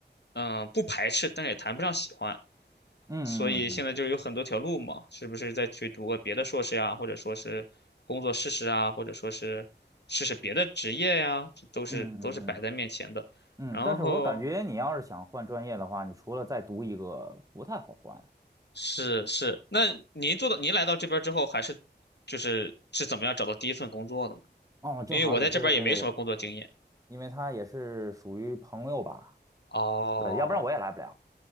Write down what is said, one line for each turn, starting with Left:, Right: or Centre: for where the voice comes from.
Left: 嗯、不排斥，但是也谈不上喜欢，
Right: 嗯嗯嗯
Left: 所以现在就是有很多条路嘛，是不是再去读个别的硕士呀，或者说是工作试试啊，或者说是试试别的职业呀，这都是都是摆在面前的。
Right: 嗯嗯嗯嗯嗯，
Left: 然后
Right: 嗯但是我感觉你要是想换专业的话，你除了再读一个，不太好换。
Left: 是是，那您做到您来到这边儿之后，还是就是是怎么样找到第一份工作的呢？
Right: 哦，正好也是，
Left: 因为我在这边儿也没什么工作经验。
Right: 因为他也是属于朋友吧，
Left: 哦
Right: 对，要不然我也来不了，